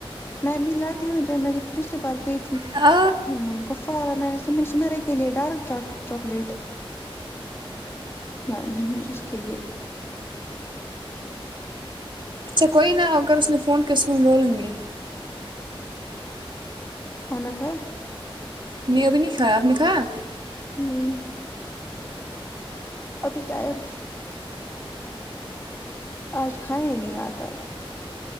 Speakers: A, on the left; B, on the right.
A: میں مل آتی ہوں جب میں پچھلی بار گئی تھی
B: آ
A: امم کفارا میں نے سمر سمیرا کے لیے ڈارک چاکلیٹ نہ ام اس کے لیے
B: اچھا کوئی نا اگر اس نے فون کیا اسکو میں بولوں گی
A: کھانا کھاۓ
B: نہیں ابھی نہیں کھایا آپ نے کھایا
A: نہیں ابھی ٹائم آج کھایا ہی نہیں اتا ہے